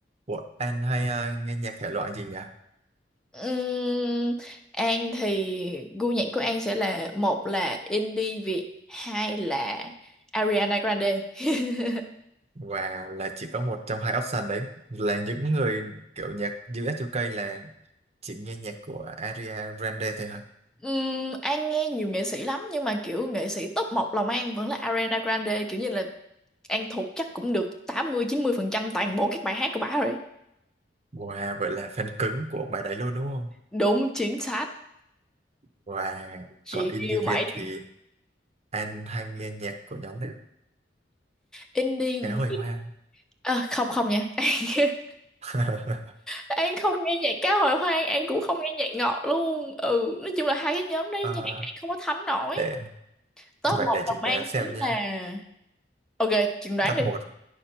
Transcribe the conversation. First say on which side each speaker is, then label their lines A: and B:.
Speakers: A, on the right; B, in the centre.
A: Ủa, anh hay à, nghe nhạc thể loại gì nhỉ?
B: Ừm, An thì gu nhạc của An sẽ là một là indie Việt, hai là Ariana Grande. <laughs>
A: Và là chỉ có một trong hai option đấy là những người kiểu nhạc US UK là chỉ nghe nhạc của Ariana Grande thôi hả?
B: Ừm, An nghe nhiều nghệ sĩ lắm nhưng mà kiểu nghệ sĩ top một lòng An vẫn là Ariana Grande, kiểu như là An thuộc chắc cũng được tám mươi mươi chín mươi phần trăm toàn bộ các bài hát của bả rồi.
A: Wow, vậy là fan cứng của bài đấy luôn đúng không?
B: Đúng chính xác.
A: Và
B: Chị
A: còn indie
B: yêu
A: Việt
B: mãi
A: thì anh hay nghe nhạc của nhóm này
B: indie
A: Cá Hồi Hoang.
B: à, không không nha. <laughs>
A: <laughs>
B: An không nghe nhạc cá hồi hoang An cũng không nghe nhạc ngọt luôn ừ nói chung là hai cái nhóm đấy
A: Ờ,
B: nhạc An không có thấm nổi
A: để
B: top
A: vậy
B: một
A: để
B: lòng
A: chừng
B: an
A: đoán xem
B: chính
A: nha.
B: là ok chừng đoán
A: Top
B: đi
A: một